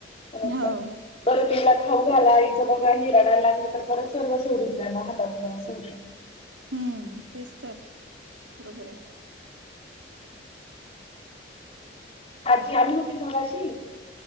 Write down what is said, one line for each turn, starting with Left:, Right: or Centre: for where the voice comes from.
Left: <unintelligible>
Right: हो
Left: परत तिला खाऊ घाला इच बघा हिच राडयला लागली तर परत सर्व सोडून द्या मग हातातल. अस होत.
Right: हम्म तेच तर बरोबर आहे.
Left: आजी आली होती मगाशी